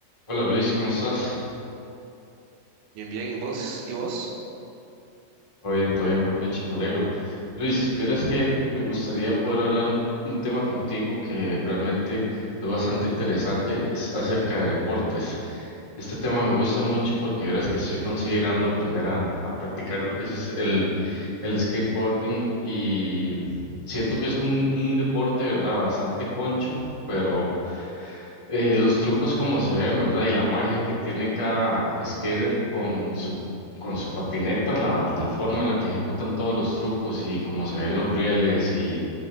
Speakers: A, on the left; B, on the right.
A: Hola Luis, ¿cómo estás?
B: Bien, bien, ¿y vos? ¿Y vos?
A: Todo bien, todo bien por dicha, me alegro. Luis, vieras que me gustaría poder hablar un, un tema contigo que realmente es bastante interesante, es acerca de deportes. Este tema me gusta mucho porque vieras que estoy considerando aprender a, a practicar lo que es el, el skateboarding y siento que es un, un deporte, ¿verdad? Bastante concho, pero Eh, los trucos como se ven, ¿verdad? Y la magia que tiene cada skater con su, con su patineta, la, la forma en la que ejecutan todos los trucos y cómo se ven los rieles y,